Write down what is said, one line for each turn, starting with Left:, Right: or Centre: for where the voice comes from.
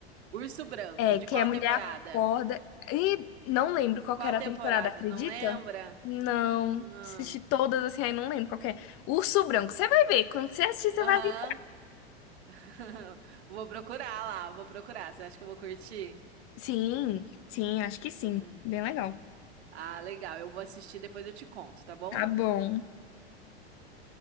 Right: Urso Branco.
Left: É,
Right: De
Left: que
Right: qual
Left: a mulher
Right: temporada?
Left: acorda e não lembro qual
Right: De qual
Left: que era
Right: temporada?
Left: a temporada, acredita?
Right: Não lembra?
Left: Não,
Right: Não.
Left: assisti todas assim, aí não lembro qual que é. Urso Branco, você vai ver, quando você assistir você
Right: Aham.
Left: vai ver.
Right: <laughs> Vou procurar lá, vou procurar. Você acha que eu vou curtir?
Left: Sim, sim, acho que sim.
Right: Uhum.
Left: Bem legal.
Right: Ah, legal. Eu vou assistir, depois eu te conto, tá bom?
Left: Tá bom.